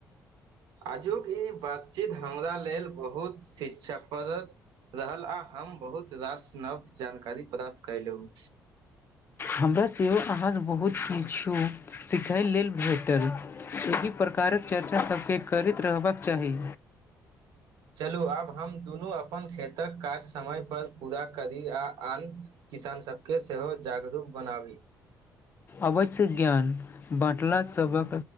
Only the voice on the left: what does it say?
हमरा सेहो अहाँ स बहुत किछु सिखय लेल भेटल एहि प्रकारक चर्चा सभ केँ करैत रहबाक चाही
अवश्य ज्ञान बाँटला सभक